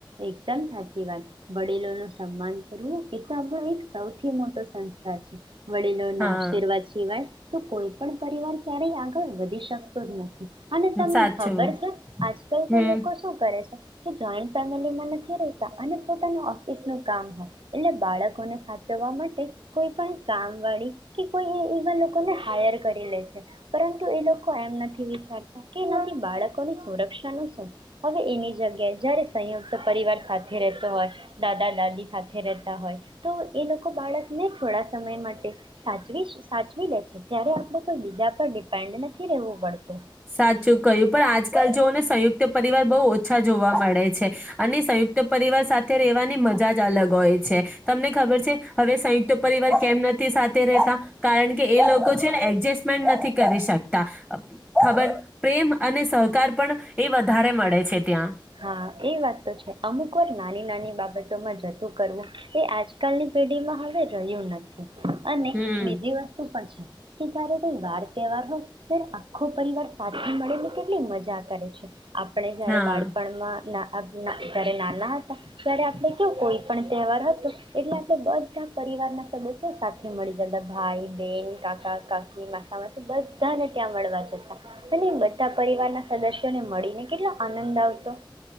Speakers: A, on the right (about 80°); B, in the centre.
A: એકદમ સાચી વાત વડીલોનું સન્માન કરવું <unintelligible> સૌથી મોટો સંસ્કાર છે. વડીલોના
B: હા
A: આશીર્વાદ શિવાય તો કોઈ પણ પરિવાર ક્યારેય આગળ વધી શ કતો જ નથી અને તમને
B: સાચું
A: ખબર છે આજકાલ
B: હમ
A: તો લોકો શું કરે છે? કે જોયન્ટ ફેમિલીમાં નથી રેતા અને પોતાનું ઓફિસનું કામ હોય એટલે બાળકોને સાચવવા માટે કોઈ પણ કામવાળી કે કોઈ એ એવા લોકોને હાયર કરી લે છે, પરંતુ એ લોકો એમ નથી વિચારતા કે એનાથી બાળકોની સુરક્ષા નું શું? અવે એની જગ્યાએ જયારે સંયુક્ત પરિવાર સાથે રહેતો હોય, દાદા-દાદી સાથે રહેતા હોય, તો એ લોકો બાળકને થોડા સમય માટે સાચવી સાચવી લે છે. ત્યારે આપડે કોઈ બીજા પર ડિપેન્ડ નથી. થી રેહવુ પડશે.
B: સાચું કય્યું, પણ આજકાલ જોઓને સંયુક્ત પરિવાર બઉ ઓછા જોવા મળે છે અને સંયુક્ત પરિવાર સાથે રહેવાની મજા જ અલગ હોય છે, તમને ખબર છે હવે સંયુક્ત પરિવાર કેમ નથી સાથે રહેતા, કારણ કે એ લોકો છેને એડજસ્ટમેન્ટ નથી કરી શકતા. ખબર, પ્રેમ અને સહકાર પણ એ વધારે મળે છે ત્યાં.
A: હા એ વાત તો છે, અમુક વાર નાની-નાની બાબતોમાં જતું કરવું એ આજકાલની પેઢીમાં હવે રહ્યું નથી. અને
B: હમ
A: બીજી વસ્તુ પણ છે. કે જયારે કોઈ વાર તહેવાર હોય ત્યારે આખો પરિવાર સાથે મળી ને કેટલી મજા કરે છે. આપડે જયારે
B: હા
A: બાળ ના ના, જયારે નાના હતા ત્યારે આપણે કેવું કોઈ પણ તહેવાર હતો, એટલે આપણે બધા પરિવારના સદસ્યો સાથે મળી જતા. ભાઈ, બેન, કાકા, કાકી માસા, માસી, બધાને ત્યાં મળવા જતા અને બધા પરિવારના સદસ્યોને મળીને કેટલો આનંદ આવ તો